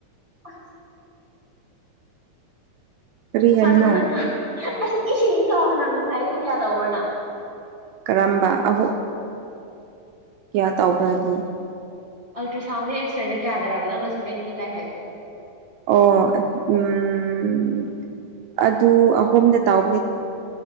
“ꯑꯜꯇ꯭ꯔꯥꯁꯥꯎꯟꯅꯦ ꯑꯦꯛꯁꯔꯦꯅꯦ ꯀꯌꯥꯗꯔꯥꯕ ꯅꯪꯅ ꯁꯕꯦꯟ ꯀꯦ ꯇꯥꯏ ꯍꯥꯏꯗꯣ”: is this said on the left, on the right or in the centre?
Right